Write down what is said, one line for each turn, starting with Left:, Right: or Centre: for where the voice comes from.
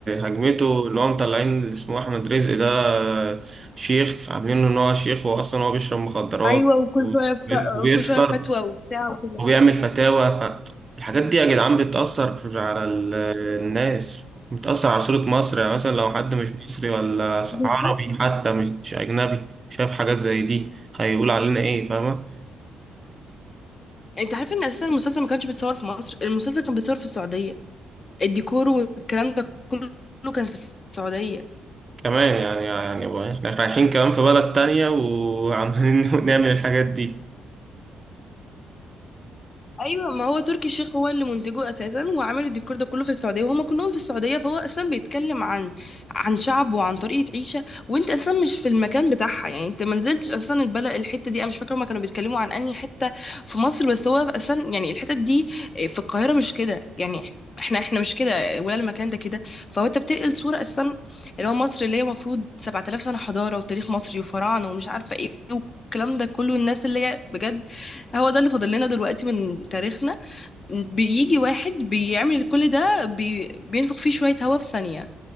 Right: هجمته اللي هو مطلعين اللي اسمه احمد رزق ده آه، شيخ عاملينه ان هو شيخ هو اصلا هو بيشرب مخدرات
Left: ايوه وكل شويه ف...
Right: وبيسكر
Left: كل شويه فتوى وبتاع وكده
Right: وبيعمل فتاوى فالحاجات دي يا جدعان بتأثر في- على ال- الناس بتأثر على صورة مصر يعني مثلا لو حد مش مصري ولا
Left: بالظبط
Right: عربي حتى مش مش أجنبي شاف حاجات زي دي هيقول علينا إيه فاهمة
Left: انت عارف ان اساسا المسلسل ما كانش بيتصور في مصر المسلسل كان بيتصور في السعوديه الديكور والكلام ده كله كان في السعوديه
Right: كمان يعني يعني بقى إحنا رايحين كمان في بلد تانية وعمالين <laughs> نعمل الحاجات دي
Left: ايوه ما هو تركي الشيخ هو اللي منتجه اساسا وعامل الديكور ده كله في السعوديه وهم كلهم في السعوديه فهو اساسا بيتكلم عن عن شعب وعن طريقه عيشه وانت اساسا مش في المكان بتاعها يعني انت ما نزلتش اساسا البلد الحته دي انا مش فاكره هما كانوا بيتكلموا عن انهي حته في مصر بس هو اساسا يعني الحتت دي في القاهره مش كده يعني احنا احنا مش كده ولا المكان ده كده فهو انت بتنقل صوره اساسا اللي هو مصر اللي هي المفروض 7000 سنه حضاره وتاريخ مصري وفراعنه ومش عارفه ايه والكلام ده كله الناس اللي هي بجد هو ده اللي فاضل لنا دلوقتي من تاريخنا بيجي واحد بيعمل كل ده بي... بينفخ فيه شوية هوا في ثانية